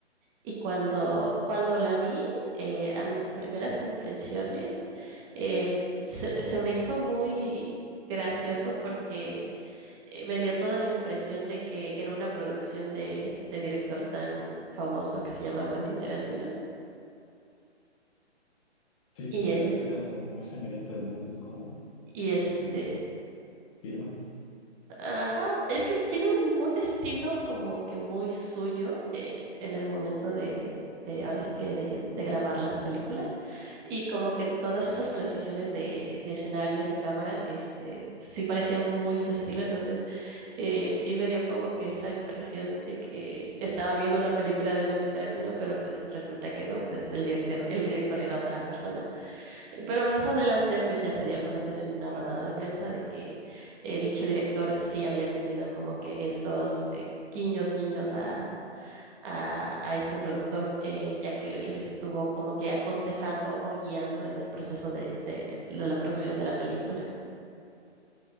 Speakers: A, on the right (about 20°); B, on the left (about 25°).
A: y cuando, cuando la vi, eh, a mis primeras impresiones, eh, se, se me hizo muy gracioso porque eh, me dio toda la impresión de que era una producción de este director tan famoso que se llama Quentin Tarantino.
B: Sí,
A: Y,
B: sus
A: eh,
B: películas son muy sangrientas, ¿no? Esa es como
A: y este,
B: su firma.
A: Ajá, es que tiene un, un estilo como que muy suyo eh, en el momento de, de ahora sí que de, de grabar las películas y como que todas esas transiciones de, de escenarios y cámaras, este, sí parecía muy su estilo, entonces eh, sí me dio como que esa impresión de que estaba viendo una película de Quentin Tarantino, pero pues resulta que no, pues el director, el director era otra persona pero más adelante, pues ya se dio a conocer en una rodada de prensa de que eh, dicho director sí había tenido como que esos eh, guiños, guiños a, a, a este productor, eh, ya que le le estuvo como que aconsejando o guiando en el proceso de, de la producción de la película.